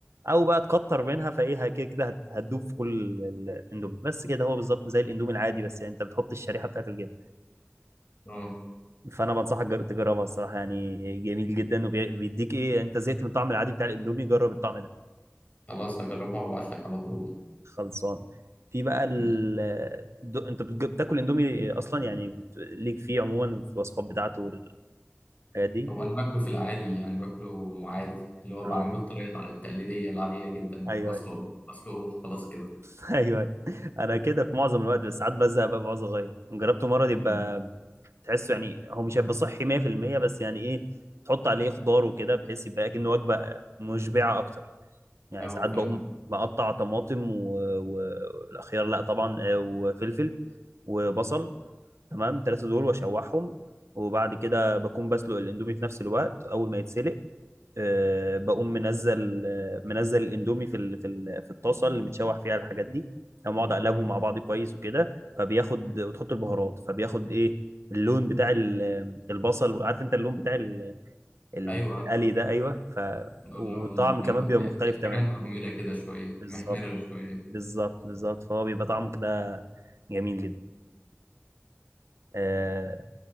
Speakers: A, on the right; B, on the left.
A: او بقى تكتر منها فايه كده كده هت- هتدوب في كل ال- الاندومي بس كده هو بالظبط زي الاندومي العادي بس يعني انت بتحط الشريحه بتاعت الجبنه
B: اه
A: فانا بنصحك جر- تجربها الصراحه يعني جميل جدا وبيديك ايه انت زهقت من الطعم العادي بتاع الاندومي جرب الطعم ده
B: خلاص هجربها وابعت لك على طول
A: خلصان في بقى ال...
B: ماشي.
A: دو... انت بتج- بتاكل اندومي اصلا يعني بت... ليك فيه عموما في الوصفات بتاعته والحاجات دي
B: هو انا باكله في العادي يعني باكله عادي اللي هو
A: اه
B: بعمله الطريقه الع- التقليديه العاديه جدا
A: ايوه
B: بسلقه
A: ايوه
B: بسلقه خلاص كده
A: <laughs> ايوه أيوة. انا كده في معظم الوقت بس ساعات بزهق بقى بعوز اغير جربته مره
B: فاهم.
A: يبقى تحسه يعني هو مش هيبقى صحي 100% بس يعني ايه تحط عليه خضار وكده بحيث يبقى كأنه وجبه مشبعه اكتر يعني
B: ايوه
A: ساعات
B: فاهم
A: بقوم بقطع طماطم و- و- والخيار لا طبعا آه، وفلفل وبصل تمام الثلاثه دول واشوحهم وبعد كده بكون بسلق الاندومي في نفس الوقت اول ما يتسلق آه، بقوم منزل آه، منزل الاندومي في ال- في ال- في الطاسه اللي متشوح فيها الحاجات دي تمام اقعد اقلبهم مع بعض كويس وكده فبياخد وتحط البهارات فبياخد ايه اللون بتاع ال- البصل عارف انت اللون بتاع ال- ال-
B: ايوه عارف
A: القلي ده ايوه ف
B: اللي
A: والطعم
B: هو اللي هو المك...
A: كمان بيبقى مختلف
B: الحاجه
A: تماما
B: مكرمله كده شويه
A: بالظبط
B: محمره شويه
A: بالظبط بالظبط فهو بيبقى طعمه كده جميل جدا آه